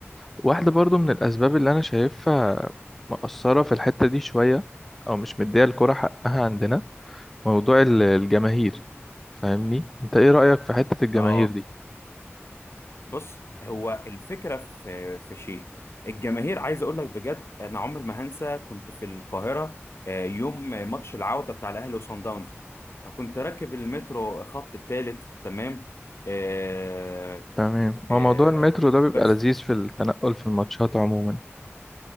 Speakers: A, in the centre; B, on the left.
A: واحده برضو من الاسباب اللي انا شايفها مقصره في الحته دي شويه او مش مديه الكره حقها عندنا موضوع ال- الجماهير فاهمني انت ايه رأيك في حتة الجماهير
B: اه
A: دي
B: بص هو الفكره في في شيء الجماهير عايز اقول لك بجد انا عمر ما هنسى كنت في القاهره آه، يوم ماتش العوده بتاع الاهلي وصن داونز فكنت راكب المترو الخط الثالث تمام آه
A: تمام
B: آه
A: هو موضوع المترو ده بيبقى
B: بس
A: لذيذ في التنقل في الماتشات عموما